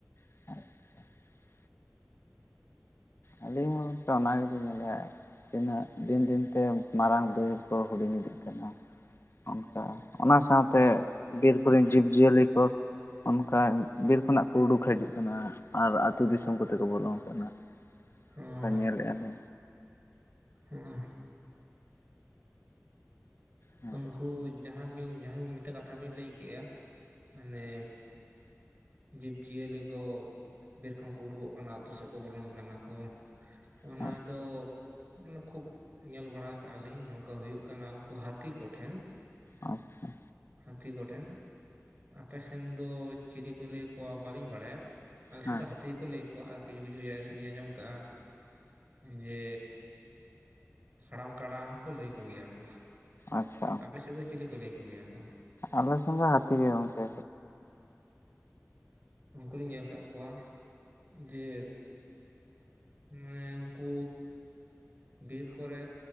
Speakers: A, on the left; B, on the right.
A: <unintelligible> ᱟᱹᱞᱤᱧ ᱦᱚᱸᱛᱚ ᱚᱱᱟ ᱜᱮᱹᱞᱤᱧ ᱧᱮᱞᱮᱼᱟ ᱾ ᱛᱤᱱᱟᱹᱜ ᱫᱤᱱ ᱫᱤᱱᱛᱮ ᱢᱟᱨᱟᱝ ᱵᱟᱹᱭᱦᱟᱹᱲ ᱠᱚᱸ ᱦᱩᱰᱤᱧ ᱤᱫᱤᱜ ᱠᱟᱱᱟ᱾ ᱚᱱᱠᱟ ᱚᱱᱟ ᱥᱟᱶᱛᱮ ᱵᱤᱨ ᱠᱚᱨᱮᱱ ᱡᱤᱵᱽ ᱡᱤᱭᱟᱹᱞᱤ ᱠᱚ ᱚᱱᱠᱟ ᱵᱤᱨ ᱠᱷᱚᱱᱟᱜ ᱠᱚ ᱩᱰᱩᱠ ᱦᱤᱡᱩᱜ ᱠᱟᱱᱟ ᱟᱨ ᱟᱹᱛᱩ ᱫᱤᱥᱚᱢ ᱠᱚᱛᱮ ᱠᱚ ᱵᱚᱞᱚᱱ ᱠᱟᱱᱟ᱾
B: ᱦᱳᱭ
A: ᱚᱱᱠᱟ ᱧᱮᱞᱮᱜᱼᱟ ᱞᱮ
B: <unintelligible>
A: ᱦᱮᱸ
B: ᱩᱱᱠᱩ ᱡᱟᱦᱟᱸ ᱵᱤᱱ ᱡᱟᱦᱟᱸ ᱢᱤᱫᱴᱮᱱ ᱠᱟᱛᱷᱟ ᱵᱤᱱ ᱞᱟᱹᱭ ᱠᱮᱜᱼᱟ ᱢᱟᱱᱮ ᱡᱤᱵᱽ ᱡᱤᱭᱟᱹᱞᱤ ᱠᱚ ᱵᱤᱨ ᱠᱷᱚᱱ ᱠᱚ ᱩᱰᱩᱜᱚ ᱠᱟᱱᱟ ᱟᱛᱳ ᱥᱮᱫ ᱠᱚ ᱵᱚᱞᱚᱱ ᱠᱟᱱᱟ ᱠᱚ ᱾ ᱚᱱᱟ
A: ᱦᱳᱭ
B: ᱫᱚ ᱢᱟᱱᱮ ᱠᱷᱩᱵ ᱧᱮᱞ ᱵᱟᱲᱟ ᱟᱠᱟᱜᱼᱟ ᱞᱤᱧ ᱱᱚᱝᱠᱟ ᱦᱩᱭᱩᱜ ᱠᱟᱱᱟ ᱩᱱᱠᱩ ᱦᱟᱹᱛᱤ ᱠᱚ ᱴᱷᱮᱱ
A: ᱟᱪᱪᱷᱟ ᱾
B: ᱦᱟᱹᱛᱤ ᱠᱚ ᱴᱷᱮᱱ ᱟᱯᱮ ᱥᱮᱱ ᱫᱚ ᱪᱤᱞᱤ ᱠᱚ ᱞᱟᱹᱭ ᱟᱠᱚᱣᱟ ᱵᱟᱹᱞᱤᱧ ᱵᱟᱹᱲᱟᱭᱟ᱾ ᱟᱸᱞᱮ ᱥᱮᱫ
A: ᱦᱮᱸ
B: ᱫᱚ ᱦᱟᱹᱛᱤ ᱦᱟᱹᱛᱤ ᱜᱮᱠᱚ ᱞᱟᱹᱭ ᱠᱚᱜᱣᱟ ᱟᱨᱠᱤ ᱠᱤᱪᱷᱩ ᱠᱤᱪᱷᱩ ᱡᱟᱭᱜᱟ ᱥᱮᱫᱨᱮᱧ ᱟᱸᱡᱚᱢ ᱠᱟᱜᱼᱟ ᱡᱮ ᱦᱟᱲᱟᱢ ᱠᱟᱰᱟ ᱦᱚᱸᱠᱚ ᱞᱟᱹᱭ ᱠᱚᱜᱮ ᱭᱟᱠᱚ
A: ᱟᱪᱪᱷᱟ
B: ᱟᱯᱮ ᱥᱮᱫ ᱫᱚ ᱪᱤᱞᱤ ᱠᱚ ᱞᱟᱹᱭ ᱠᱚᱜᱮ ᱭᱟᱠᱚ?
A: ᱟᱞᱮ ᱥᱮᱫ ᱫᱚ ᱦᱟᱹᱛᱤ ᱜᱮ ᱜᱚᱝᱠᱮ᱾
B: ᱚ ᱩᱱᱠᱩ ᱫᱚᱧ ᱧᱮᱞ ᱟᱠᱟᱫ ᱠᱚᱣᱟ ᱡᱮ ᱢᱟᱱᱮ ᱩᱱᱠᱩ ᱵᱤᱨ ᱠᱚᱨᱮ